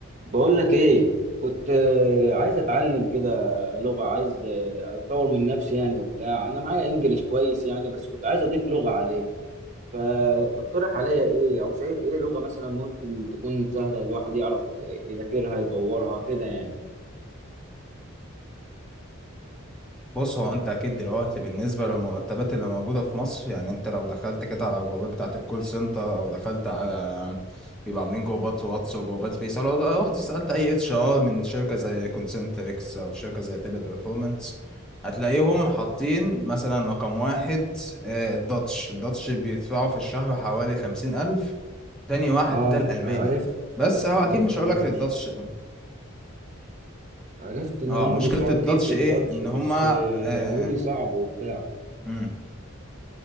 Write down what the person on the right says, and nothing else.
بقول لك ايه كنت آه، عايز اتعلم كده لغة عايز آه، اتطور من نفسي يعني وبتاع انا معايا انجليش كويس يعني بس كنت عايز اضيف لغة عليه فتقترح عليا ايه او شايف ايه لغة مثلا ممكن تكون سهلة الواحد يعرف يذاكرها يطورها كده يعني
اه
عرفت
عرفت
الداتش
عرفت ان
هما
بيدفعوا
كتير في الداتش
بس
آه،
قالوا لي صعب وبتاع